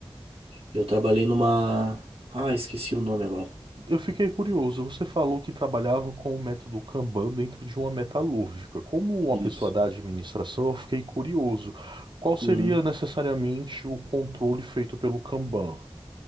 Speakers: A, on the right (about 75°); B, on the right (about 50°).
A: Eu trabalhei numa. Ah, esqueci o nome agora.
B: Eu fiquei curioso. Você falou que trabalhava com o método Kanban dentro de uma metalúrgica. Como uma
A: Isso.
B: pessoa da administração, eu fiquei curioso. Qual seria
A: Uhum.
B: necessariamente o controle feito pelo Kanban?